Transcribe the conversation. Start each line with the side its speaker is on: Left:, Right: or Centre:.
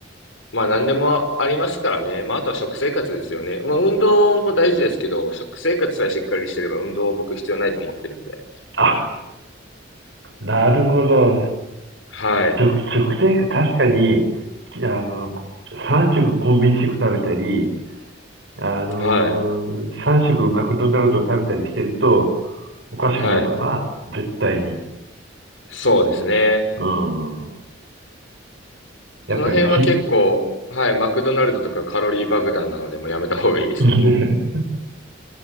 Left: まあ、何でもありますからね。まあ、あとは食生活ですよね。まあ、運動も大事ですけど、食生活さえしっかりしてれば運動僕必要ないと思ってるんで。
Right: あ、なるほど。
Left: はい。
Right: 食、食生活、確かに、あの、3食コンビニ食食べたり、あの、
Left: はい。
Right: 3食マクドナルド食べたりしてるとおかしくなるわな。
Left: はい。
Right: 絶対に。
Left: そうですね。
Right: うん。やっぱりひ、
Left: その辺は結構、はい、マクドナルドとかカロリー爆弾なのでもうやめた方がいいですね。
Right: <laughs>